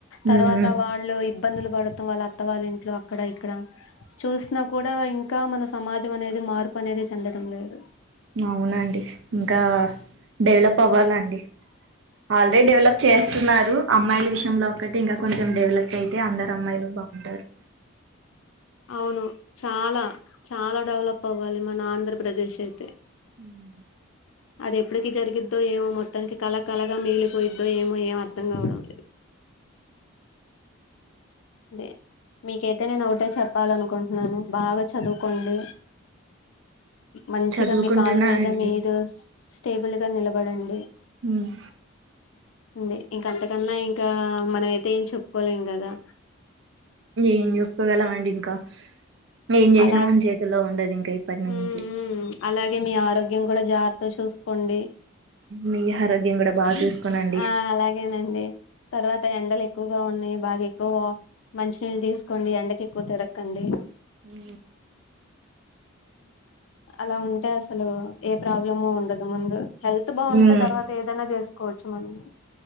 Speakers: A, on the left (about 70°); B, on the right (about 60°).
A: తర్వాత
B: ఉమ్
A: వాళ్ళు ఇబ్బందులు పడుతాం వాళ్ళ అత్త వాళ్ళ ఇంట్లో అక్కడ ఇక్కడ చూసినా కూడా ఇంకా మన సమాజం అనేది మార్పు అనేది చెందడం లేదు
B: అవునండి ఇంకా డెవలప్ అవ్వాలి అండి ఆల్రెడీ డెవలప్ చేస్తున్నారు అమ్మాయిల విషయంలో ఒకటి ఇంకా కొంచెం డెవలప్ అయితే అందరు అమ్మాయిలు బాగుంటారు
A: అవును చాలా చాలా డెవలప్ అవ్వాలి మన ఆంధ్రప్రదేశ్ అయితే
B: <inaudible>
A: అది ఎప్పటికి జరిగిద్దో ఏమో మొత్తానికి కల కలగా మిగిలిపోయిద్దో ఏమో ఎం అర్థం కావడం లేదు అదే మీకైతే నేను ఒకటో చెప్పాల అనుకుంటున్నాను బాగా చదువుకోండి మంచిగా
B: చదువుకుంటున్నా
A: మీ కాళ్ళ మీద
B: అండి
A: మీరు స్టేబుల్ గా నిలబడండి
B: ఉహు
A: వుంది ఇంకా అంతకన్నా ఇంకా మనం అయితే ఏం చెప్పుకోలేం కదా
B: ఏం చెప్పుకోగలం అండి ఇంకా ఏం చేసినా
A: అలా
B: మన చేతుల్లో ఉండదు ఇంకా ఇప్పటి నుంచి
A: హు హు హు అలాగే మీ ఆరోగ్యం కూడా జాగ్రత్త చూసు కోండి
B: మీ ఆరోగ్యం కూడా బాగా చూసుకోనండి
A: ఆ అలాగేనండి తర్వాత ఎండల ఎ ఎక్కువగా ఉన్నాయి బాగా ఎక్కువ మంచినీళ్ళు తీసుకోండి ఎండకి ఎక్కువ తిరకండి
B: ఉ
A: అలా ఉంటే అసలు ఏ ప్రాబ్లమ్ ఉండదు ముందు హెల్త్ బాగుంటే
B: ఉమ్
A: తర్వాత ఏదైనా చేసు కోచ్చు మనము